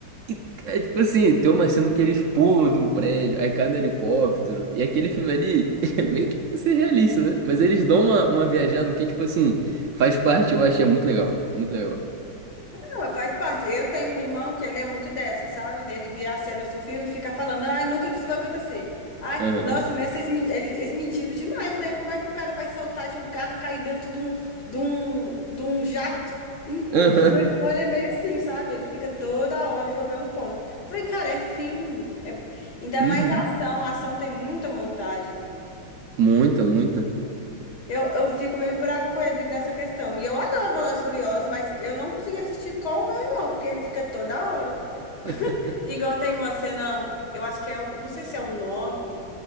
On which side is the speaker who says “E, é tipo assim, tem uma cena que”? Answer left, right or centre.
Right